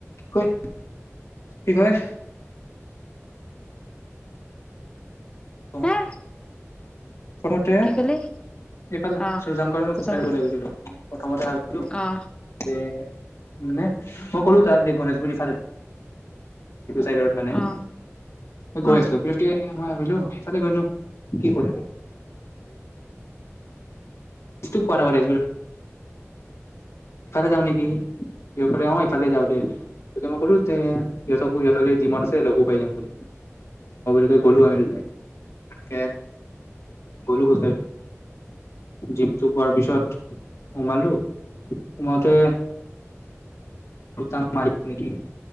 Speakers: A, on the left; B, on the left.
A: কি কয় অ
B: হে
A: প্ৰথমতে
B: কি কলি
A: ইফালে
B: অ
A: চজানকাৰ মই
B: প্ৰথমতে
A: খোজ কঢ়িব ল গৈছিলো প্ৰথমতে ভাবিলো
B: অ
A: যে মে মই কলো ত গণেশগুৰি ফালে চডত মানে
B: অ
A: গৈ
B: অ অ
A: আছিলো বিশকে মই হেল হেইফালে গৈ নো কি কৰিব কোফালে যাওঁ নেকি কলে অফালে যা দে ক জিম আছে লগঘো পাই যাম বুলি অ গ'লো আমি দুটাই তাকে গলো ক জিমটো পোৱাৰ পিছত সমালো হো মাওতে দু মাৰি নেকি